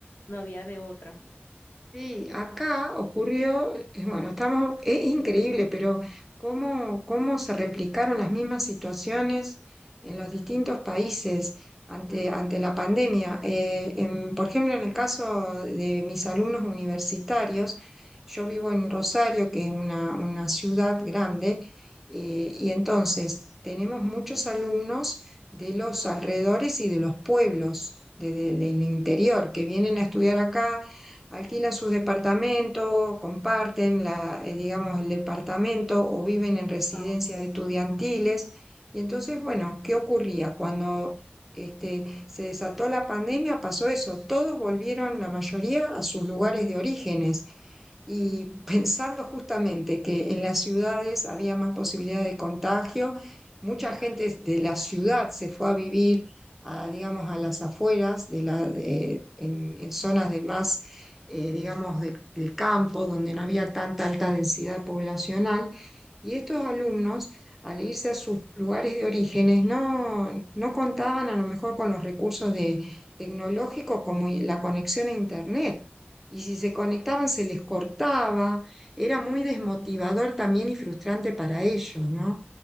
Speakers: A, on the left; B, in the centre.
A: no había de otra.
B: Sí, acá ocurrió, eh, bueno, estamos, es increíble, pero cómo, cómo se replicaron las mismas situaciones en los distintos países ante,
A: Mm,
B: ante la pandemia. Eh, en- por ejemplo, en el caso de mis alumnos universitarios, yo vivo en Rosario, que es una, una ciudad grande, eh, y entonces tenemos muchos alumnos de los alrededores y de los pueblos, de- de- del interior, que vienen a estudiar acá alquilan sus departamentos, comparten la, eh, digamos, el departamento o viven en residencias
A: ah, ok.
B: estudiantiles. Y entonces, bueno, ¿qué ocurría? Cuando este, se desató la pandemia, pasó eso. Todos volvieron, la mayoría, a sus lugares de orígenes. Y <laughs> pensando justamente que en las ciudades había más posibilidad de contagio, mucha gente de la ciudad se fue a vivir, a, digamos, a las afueras, de la, de, en, en zonas de más eh, digamos, de- del campo, donde no había tanta alta densidad poblacional, y estos alumnos, al irse a sus lugares de orígenes, no, no contaban a lo mejor con los recursos de, tecnológicos como i- la conexión a Internet. Y si se conectaban, se les cortaba, era muy desmotivador también y frustrante para ellos, ¿no?